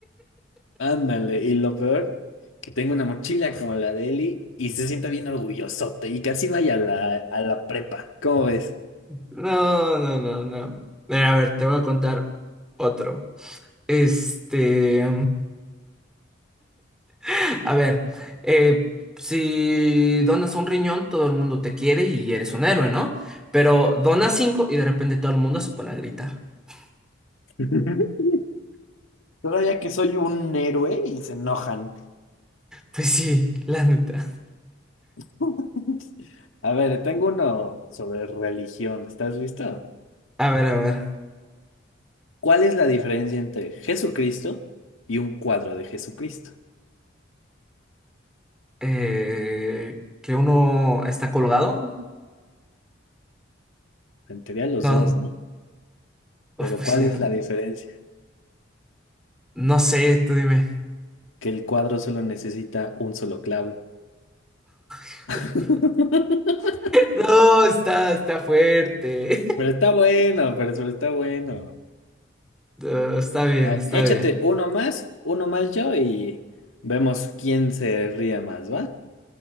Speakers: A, on the left (about 90°); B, in the centre.
A: Ándale, y lo peor, que tengo una mochila como la de Eli y se sienta bien orgullosote y casi vaya a la, a la prepa. ¿Cómo ves?
B: No, no, no, no. Eh, A ver, te voy a contar otro. Este, <laughs> a ver, eh, si donas un riñón, todo el mundo te quiere y eres un héroe, ¿no? Pero donas cinco y de repente todo el mundo se pone a gritar. <laughs>
A: <laughs> Todavía que soy un héroe y se enojan.
B: Pues sí, la neta.
A: <laughs> A ver, tengo uno sobre religión. ¿Estás listo?
B: A ver, a ver.
A: ¿Cuál es la diferencia entre Jesucristo y un cuadro de Jesucristo?
B: eh, que uno está colgado.
A: En teoría los
B: No,
A: dos, ¿no?
B: oh,
A: Pero
B: pues
A: ¿cuál
B: sí,
A: es
B: no.
A: la diferencia?
B: No sé, tú dime.
A: que el cuadro solo necesita un solo clavo.
B: <laughs>
A: <laughs>
B: No, está, está fuerte.
A: Pero está bueno, pero, pero está bueno.
B: <laughs> No, está bien,
A: A ver,
B: está
A: échate
B: bien.
A: uno más, uno más yo y vemos quién se ríe más, ¿va?